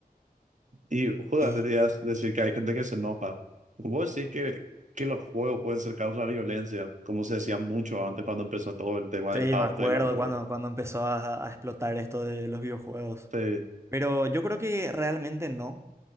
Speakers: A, on the right; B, on the right.
A: Y justamente
B: Y
A: querías decir que hay gente que se enoja. Vos decís que, que los juegos pueden ser causa de violencia, como se decía mucho antes cuando empezó todo el tema
B: sí,
A: del
B: me
A: auge
B: acuerdo
A: de los juegos.
B: cuando, cuando empezó a, a explotar esto de los videojuegos.
A: Sí,
B: Pero yo creo que realmente no.